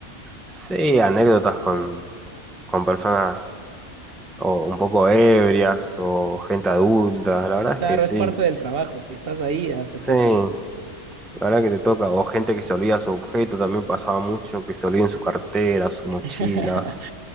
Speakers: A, in the centre; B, on the right.
A: Sí, anécdotas con con personas o un poco ebrias o gente adulta. La verdad
B: Claro,
A: es que sí,
B: es parte del trabajo. Si estás ahí, ya
A: sí,
B: te toca.
A: la verdad que te toca. O gente que se olvida su objeto, también pasaba mucho que se olviden su cartera, su
B: <laughs>
A: mochila.